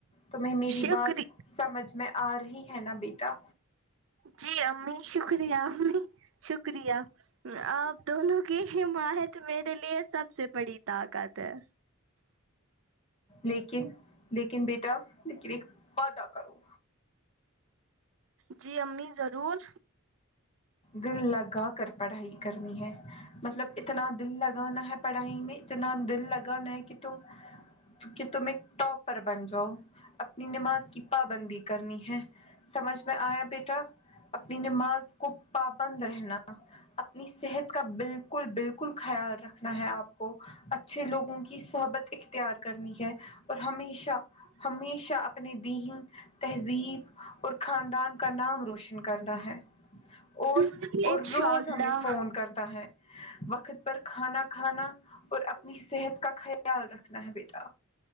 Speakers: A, on the left; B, on the right.
A: تمہیں میری
B: شکری
A: بات سمجھ میں آ رہی ہے نا بیٹا
B: جی امی شکریہ امی شکریہ اپ دونوں کی حمایت میرے لیے سب سے بڑی طاقت ہے
A: لیکن لیکن بیٹا لیکن ایک وعدہ کرو
B: جی امی ضرور
A: دل لگا کر پڑھائی کرنی ہے مطلب اتنا دل لگانا ہے پڑھائی میں اتنا دل لگانا ہے کہ تم کہ تم ایک ٹاپر بن جاؤ اپنی نماز کی پابندی کرنی ہے سمجھ میں آیا بیٹا اپنی نماز کو پابند رہنا اپنی صحت کا بالکل بالکل بالکل خیال رکھنا ہے آپ کو اچھا اچھے لوگوں کی سحبت اختیار کرنی ہے اور ہمیشہ ہمیشہ اپنے دین تہذیب اور خاندان کا نام روشن کرنا ہے اور
B: انشاء
A: اور روز
B: اللہ
A: ہمیں فون کرتا ہے وقت پر کھانا کھانا اور اپنی صحت کا خیال رکھنا ہے بیٹا